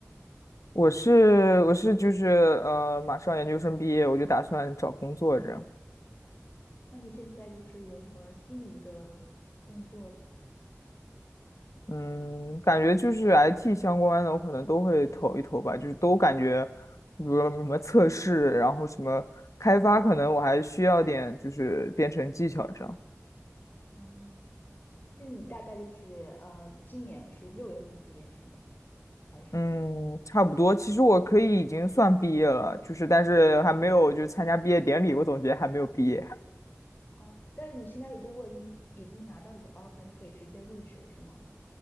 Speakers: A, on the left; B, on the left.
A: 我是我是就是呃，马上研究生毕业，我就打算找工作这样。
B: 那你现在就是有什么心仪的工作？
A: 嗯，感觉就是 IT 相关的，我可能都会投一投吧，就是都感觉，比如说什么测试，然后什么开发，可能我还需要点就是编程技巧这样。
B: 嗯。就是你大概就是呃，今年是六月份毕业是吗？还是
A: 嗯，差不多。其实我可以已经算毕业了，就是但是还没有就参加毕业典礼，我总觉得还没有毕业。
B: 哦？但是你现在如果你已经拿到一个 offer，你可以直接入职是吗？